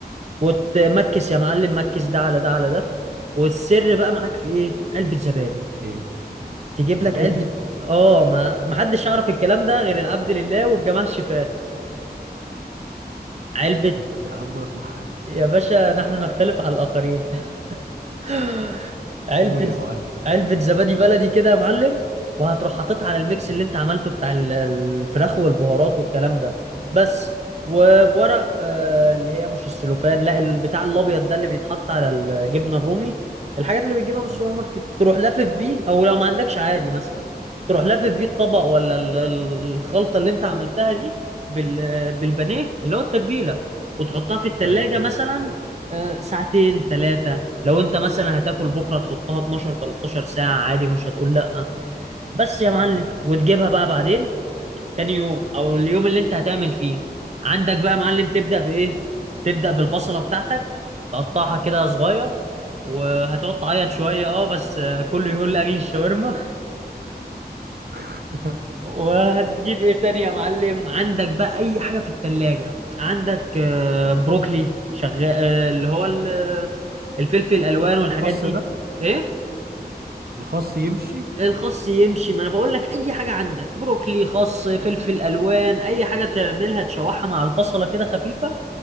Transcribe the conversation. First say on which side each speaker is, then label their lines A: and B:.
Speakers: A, on the right; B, on the right.
A: وتمكس يا معلم مكس ده على ده على ده والسر بقى معاك في ايه علبة زبادي
B: ايه
A: تجيب
B: زبادي
A: لك علبة اه ما محدش يعرف الكلام ده غير العبد لله والجماعة الشفاة علبة
B: ده ايه ده ده اول مره اسمعها دي
A: يا باشا نحن نختلف على الآخرين <gasps> علبة
B: قول يا معلم
A: علبة زبادي بلدي كده يا معلم وهتروح حاططها على الميكس
B: مم.
A: اللي انت عملته بتاع ال- الفراخ والبهارات والكلام ده بس وبورق آه، اللي هي مش السلوفان لا البتاع الابيض ده اللي بيتحط على الجبنة الرومي الحاجات اللي بتجيبها من السوبر
B: مم.
A: ماركت تروح لافف بيه او لو ما عندكش عادي مثلا تروح لافف بيه الطبق ولا ال- ال- الخلطة اللي انت عملتها دي بال- بالبانيه اللي هو التتبيلة وتحطها في التلاجة
B: ايوه
A: مثلا آه، ساعتين ثلاثة لو انت مثلا هتاكل بكره تحطها 12 13 ساعه عادي مش هتقول لا بس يا
B: مم.
A: معلم وتجيبها بقى بعدين تاني يوم او اليوم اللي انت هتعمل فيه عندك بقى يا معلم تبدا بايه تبدا بالبصله بتاعتك تقطعها كده صغير وهتقعد تعيط شويه اه بس آه، كله يقول لاجل الشاورما
B: <laughs>
A: وهتجيب ايه تاني يا معلم عندك بقى اي حاجه في التلاجة عندك آه، بروكلي شغال آه، اللي هو ال- الفلفل الالوان والحاجات
B: الخاص
A: دي
B: ده
A: ايه
B: الخاص يمشي
A: الخس يمشي ما انا بقول لك اي حاجه عندك بروكلي خس فلفل
B: مم.
A: الوان اي حاجه تعملها تشوحها مع البصله كده خفيفه